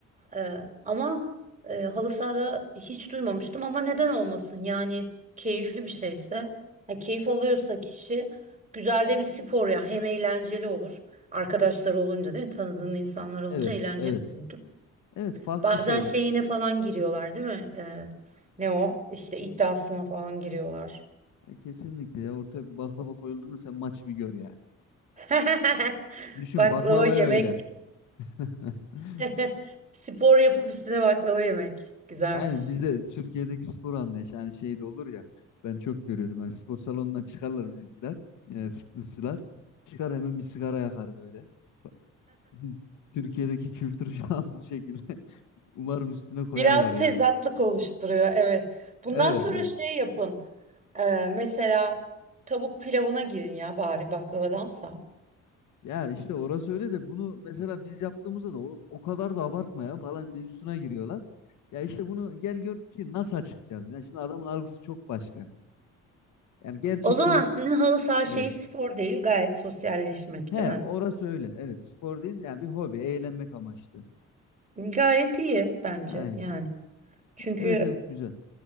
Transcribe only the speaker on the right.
E, ama e, halı sahada hiç duymamıştım ama neden olmasın? Yani keyifli bir şeyse, ya keyif alıyorsa kişi güzel de bir spor ya. Hem eğlenceli olur. Arkadaşlar olunca değil mi? Tanıdığın insanlar olunca
eğlenceli
oluyordur.
Bazen
şeyine falan giriyorlar değil mi? E, ne o? İşte iddiasına falan giriyorlar.
<laughs>
Baklava
yemek
<laughs> Spor yapıp üstüne baklava yemek. Güzelmiş.
Biraz
tezatlık oluşturuyor, evet. Bundan
sonra
şey yapın. Ee, mesela tavuk pilavına girin ya bari baklavadansa.
O zaman
sizin halı saha şeyi
spor değil, gayet sosyalleşmek,
değil mi?
Gayet iyi bence
yani. Çünkü